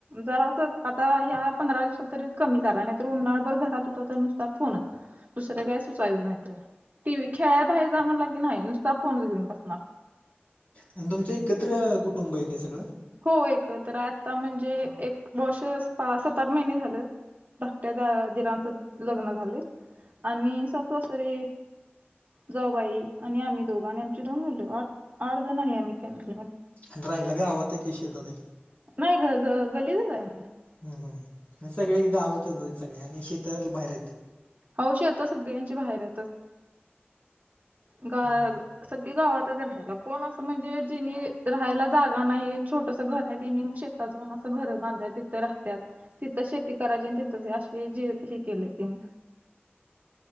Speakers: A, on the right; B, on the left.
A: जरास आता ह्या पंधरा दिवसात तरी कमी झालाय, नाही तर उन्हाळभर घरात होता तर नुसता फोनच. दुसरं काय सुचयचं नाही त्याला, टीव्ही खेळाय बाहेर जा म्हणला की नाही. नुसत फोनच घेऊन बसणार.
B: आणि तुमचं एकत्र कुटुंब आहे का सगळं?
A: हो एक तर आता म्हणजे एक वर्ष सात आठ महिने झालं. धाकट्या द- दिरांच लग्न झाले आणि सासू सासरे. जाऊबाई आणि आम्ही दोघं आणि आमची दोन मुलं. आठ आठजण आहे आम्ही फॅमिलीमध्ये.
B: हन राहिला गावात आहे की शेतात आहे.
A: नाही घर घर घ गल्लीतच हाय.
B: हम्म हम्म, सगळे गावतच हायत सगळळ्या आणि शेत बाहेर हायत.
A: अहो शेत सगळ्यांचे बाहेर येतात, गा
B: हम्म
A: सगळी गावातच राहायला. कोण असं म्हणजे जेनी राहायला जागा नाही, छोटसं घर हाय तेनी मग शेत <unintelligible> अस घर बांधल्या तिथं राहत्यात. तिथच शेती करायची आणि तिथंच अे जे ह केले तिने.